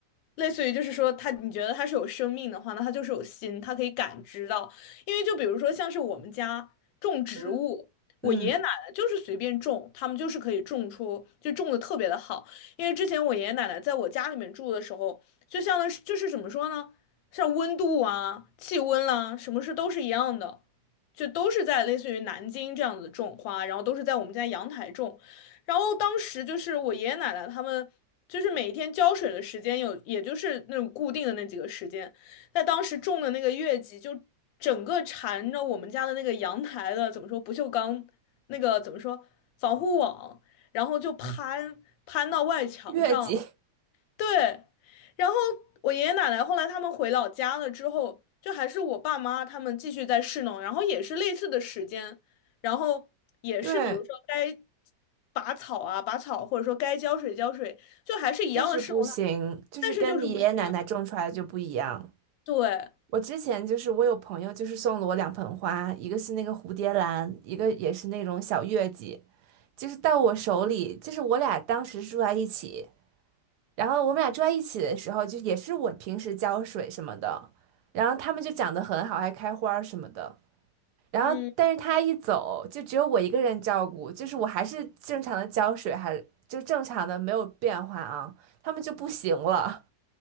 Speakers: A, on the left (about 85°); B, on the right (about 70°).
A: 类似于就是说它，你觉得它是有生命的话，那它就是有心，它可以感知到。因为就比如说像是我们家种植物，
B: 嗯
A: 我爷爷奶奶就是随便种，
B: 嗯，
A: 他们就是可以种出，就种的特别的好。因为之前我爷爷奶奶在我家里面住的时候，就像是就是怎么说呢，像温度啊、气温啦、什么事都是一样的。就都是在类似于南京这样子种花，然后都是在我们家阳台种，然后当时就是我爷爷奶奶他们，就是每一天浇水的时间有，也就是那种固定的那几个时间。在当时种的那个月季，就整个缠着我们家的那个阳台的，怎么说不锈钢那个怎么说防护网，然后就攀攀到外墙上了。
B: 月季，
A: 对，然后我爷爷奶奶后来他们回老家了之后，就还是我爸妈他们继续在侍弄，然后也是类似的时间，然后也是比如说该
B: <laughs> 对，
A: 拔草啊拔草，或者说该浇水浇水，就还是一样的侍弄他，
B: 就是不行，就是跟你爷爷奶奶种出来的就不一样。
A: 但是就是不行。对，
B: 我之前就是我有朋友就是送了我两盆花，一个是那个蝴蝶兰，一个也是那种小月季，就是到我手里，就是我俩当时住在一起，然后我们俩住在一起的时候，就也是我平时浇水什么的，然后它们就长得很好，还开花儿什么的。然后，
A: 嗯，
B: 但是他一走，就只有我一个人照顾，就是我还是正常的浇水，还就正常的没有变化啊，他们就不行了。